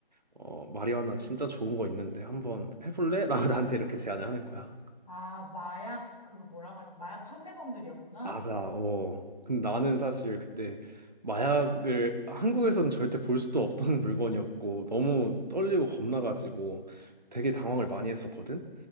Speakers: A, on the right; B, in the centre.
A: 어 마리화나 진짜 좋은 거 있는데 한번 해볼래? 라고 나한테 이렇게 제안을 하는 거야.
B: 아, 마약, 그거 뭐라고 하지? 마약 판매범들이었구나.
A: 맞아. 어. 근데 나는 사실 그때 마약을 한국에서는 절대 볼 수도 없던 <laughs> 물건이었고 너무 떨리고 겁나가지고 되게 당황을 많이 했었거든.